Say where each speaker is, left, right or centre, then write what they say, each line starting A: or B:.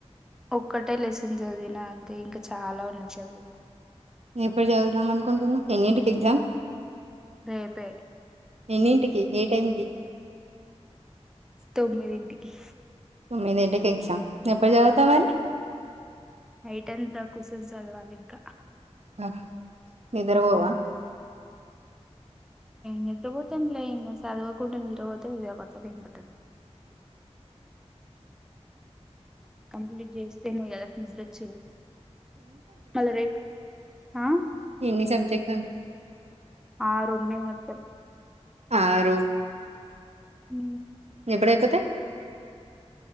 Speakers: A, in the centre; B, on the right.
A: ఒక్కటే లే చదివినా అంటే ఇంకా చాలా ఉన్నా చదువు
B: ఎప్పుడు చదుద్దాం అనుకుంటున్నా ఎన్నింటికి ఎగ్జామ్
A: రేపు
B: ఎన్నింటికి ఏ టైంకి
A: తొమ్మిదింటికి
B: తొమ్మిదింటికి ఎగ్జామ్ ఎప్పుడు చదువుతా మరి
A: నైట్ అంతా కూర్చొని చదవాలి ఇగ
B: రాత్రి నిద్ర పోవా
A: నిద్రపోతాము చదవకుండా నిద్రపోదా మని రాత్రంతా ఉ హు కంప్లీట్ వస్తేనే కదా నిద్ర వచ్చేది మల్ల రేపు ఆ
B: ఇన్ని సబ్జెక్ట్
A: ఆరు ఉండే మొత్తం
B: ఆరు
A: ఉ
B: ఎప్పుడయిపోతే